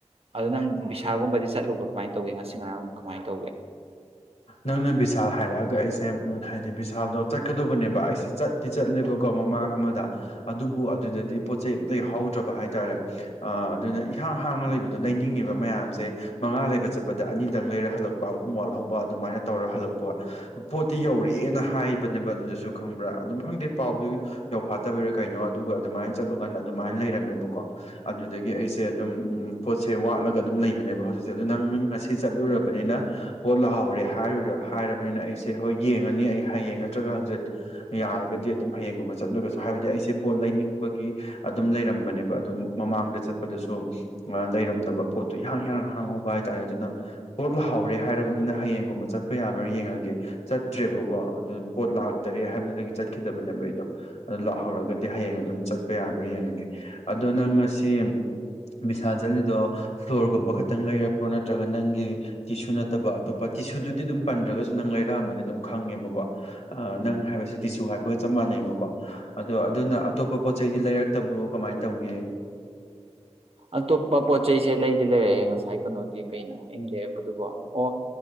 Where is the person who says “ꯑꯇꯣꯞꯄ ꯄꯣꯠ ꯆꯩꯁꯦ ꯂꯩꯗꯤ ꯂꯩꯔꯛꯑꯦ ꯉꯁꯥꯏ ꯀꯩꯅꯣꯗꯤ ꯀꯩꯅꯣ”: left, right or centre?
Right